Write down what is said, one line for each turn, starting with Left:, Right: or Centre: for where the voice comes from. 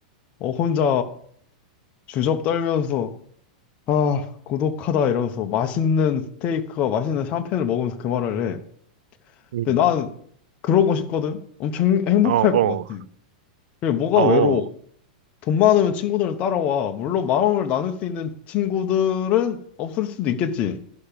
Left: 어 혼자 주접 떨면서 아 고독하다 이러면서 맛있는 스테이크와 맛있는 샴페인을 먹으면서 그 말을 해.
Right: 음,
Left: 근데 난 그러고 싶거든. 엄청 행복할
Right: 어, 어,
Left: 것 같아. 그게 뭐가
Right: 어,
Left: 외로워? 돈 많으면 친구들은 따라와. 물론 마음을 나눌 수 있는 친구들은 없을 수도 있겠지.